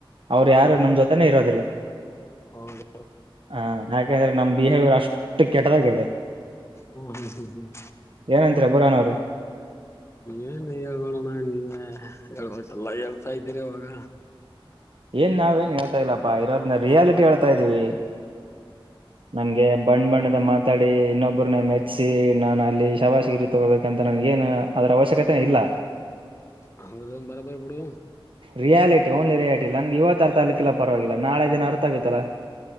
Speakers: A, on the right; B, on the left.
A: ಅವ್ರರು
B: ಹಾ
A: ಯಾರು ನಮ್ ಜೊತೆನೆೇ ಇರೋದಿಲ್ಲ
B: ಹೌದು
A: ಹ ಯಾಕಂದ್ರೆ ನಮ್ ಬಿಹೇವರ್ ಅಷ್ಟ ಕೆಟ್ಟದಾಗಿದೆ
B: ಹ್ಮ್ ಹ್ಮ್ ಹ್ಮ್
A: ಏನಂತೀರ ಬುರಾನ್ ಅವ್ರೆ
B: ಏನ್ ಹೇಳ್ರನ್ನ ನೀವೇ ಹೇಳಬೇಕು ಅಲ್ಲ ಹೇಳ್ತಾ ಇದ್ದೀರಿ ಇವಾಗ
A: ಏನ್ ನಾವ್ ಏನ್ ಹೇಳ್ತಾ ಇಲ್ಲಪ್ಪಾ ಇರೋದ್ನ ರಿಯಾಲಿಟಿ ಹೇಳ್ತಾ ಇದೀವಿ ನಮ್ಗೆ ಬಣ್ಣ ಬಣ್ಣದ ಮಾತಾಡಿ ಇನ್ನೊಬ್ಬರನ್ನ ಮೆಚ್ಚಿಸಿ ಸಿ ನಾನು ಅಲ್ಲಿ ಶಬಾಶಗಿರಿ ತಗೋಬೇಕಂತ ನನ್ಗ ಏನು ಅದರ ಅವಶ್ಯಕತೆ ಇಲ್ಲ
B: ಹಂಗದ ಬರಬರಿ ಬಿಡು
A: ರಿಯಾಲಿಟಿ ಓನ್ಲಿ ರಿಯಾಲಿಟಿ ನಂಗೆ ಇವತ್ತು ಅರ್ಥ ಆಗ್ಲಿಕ್ಕಿಲ್ಲ ಪರವಾಗಿಲ್ಲ ನಾಳೆ ದಿನ ಅರ್ಥ ಆಗತ್ತಲ್ಲಾ